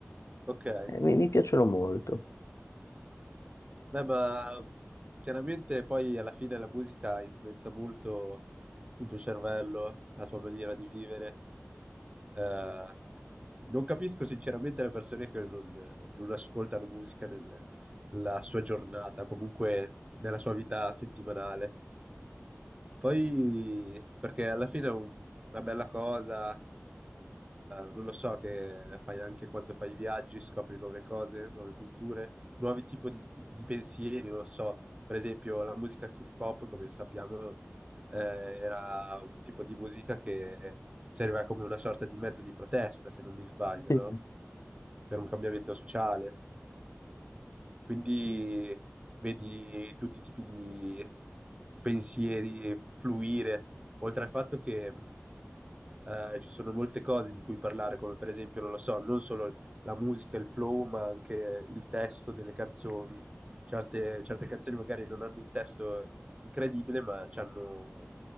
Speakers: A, on the right (about 25°); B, on the left (about 75°).
A: Ok.
B: eh, mi, mi piacciono molto.
A: Beh, ma chiaramente poi alla fine la musica influenza molto il tuo cervello, la tua maniera di vivere. Eh, non capisco sinceramente le persone che non, non ascoltano musica nel- nella sua giornata, comunque nella sua vita settimanale. Poi, perché alla fine è un- una bella cosa, eh, non lo so, che fai anche quando fai viaggi, scopri nuove cose, nuove culture, nuovi tipi di, di pensieri, non lo so. Per esempio, la musica hip hop, come sappiamo, eh, era un tipo di musica che serviva come una sorta di mezzo di protesta, se non mi sbaglio,
B: Sì,
A: no? Per un cambiamento sociale. Quindi vedi tutti i tipi di pensieri fluire, oltre al fatto che eh, ci sono molte cose di cui parlare, come per esempio, non lo so, non solo la musica, il flow, ma anche il testo delle canzoni. Certe, certe canzoni magari non hanno un testo incredibile, ma hanno